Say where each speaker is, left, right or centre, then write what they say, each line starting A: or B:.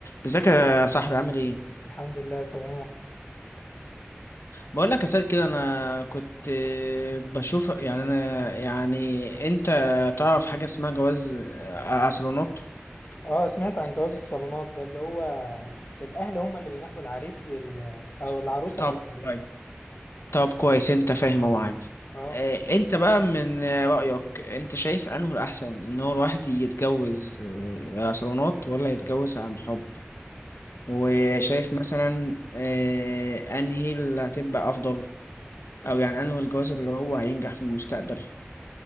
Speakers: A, on the left (about 80°); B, on the left (about 45°).
A: ازيك يا صاحبي عامل ايه
B: الحمد لله تمام
A: بقول لك يا سيد كده انا كنت آه، بشوف يعني انا يعني انت تعرف حاجه اسمها جواز آه، اصالونات
B: اه سمعت عن جواز الصالونات ده اللي هو الاهل هم اللي بينقوا العريس لل او العروسه
A: طب
B: للعريس
A: كويس طب كويس انت فاهم هو عارف
B: اه
A: آه، انت بقى من آه، رايك انت شايف انه الاحسن ان هو الواحد يتجوز آه، اصالونات ولا يتجوز عن حب وشايف مثلا آه، انهي اللي هتبقى افضل او يعني انه الجواز اللي هو هينجح في المستقبل